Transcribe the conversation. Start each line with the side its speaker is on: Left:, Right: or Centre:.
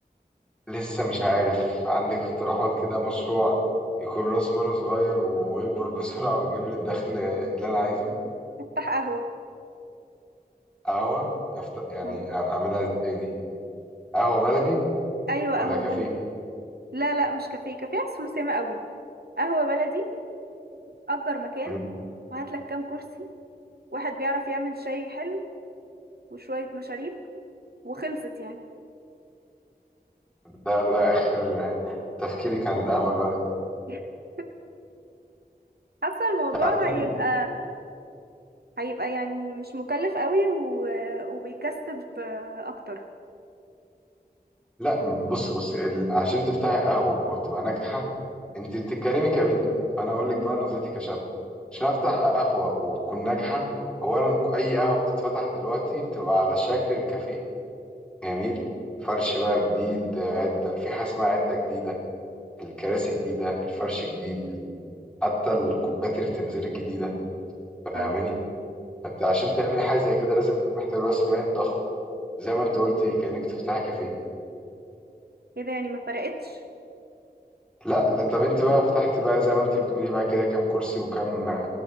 Centre: لسه مش عارف عندك اقتراحات كده مشروع يكون راس ماله صغير ويكبر بسرعة ويجيب لي الدخل اللي أنا عايزه
Right: افتح قهوة
Centre: قهوة أفت... يعني
Right: أهو
Centre: أعملها إزاي دي؟ قهوة بلدي
Right: أيوة
Centre: ولا
Right: قهوة
Centre: كافيه؟
Right: بلدي لا لا مش كافيه كافيه عايز فلوس ياما قوي قهوة بلدي أجر مكان
Centre: مم.
Right: وهاتلك كام كرسي واحد بيعرف يعمل شاي حلو وشوية مشاريب وخلصت يعني
Centre: ده ده آخر تفكيرك عن القهوة البلدي،
Right: <laughs> حاسة الموضوع
Centre: تعرف أنا
Right: هيبقى
Centre: دل...
Right: هيبقى يعني مش مكلف قوي و... وبيكسب آه، اكتر
Centre: لا بص بص ال... عشان تفتحي قهوة وتبقى ناجحة أنت بتتكلمي كبنت فأنا أقول لك بقى نظرتي كشاب عشان أفتح قهوة وتكون ناجحة أولا أي قهوة بتتفتح دلوقتي بتبقى على شكل الكافيه جميل فرش بقى جديد عدة في حاجة اسمها عدة جديدة الكراسي جديدة الفرش جديد ال- حتى الكوبات اللي بتنزل الجديدة فاهماني
Right: اه
Centre: فانت عشان تعملي حاجة زي كده لازم محتاج راس مال ضخم زي ما انت قلتي كأنك تفتحي كافيه
Right: كده يعني ما فرقتش
Centre: لا لا طب انت بقى فتحتي بقى زي ما انت بتقولي بقى كده كام كرسي وكام